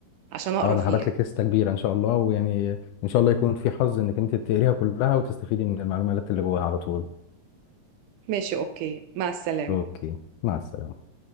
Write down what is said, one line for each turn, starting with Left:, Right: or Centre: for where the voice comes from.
Right: عشان اقرا
Left: اه انا
Right: فيها
Left: هبعت لك لسته كبيره ان شاء الله ويعني ان شاء الله يكون في حظ انك انت تقريها كلها وتستفيدي من المعلومات اللي جواها على طول
Right: ماشي اوكي مع السلامه
Left: اوكي مع السلامه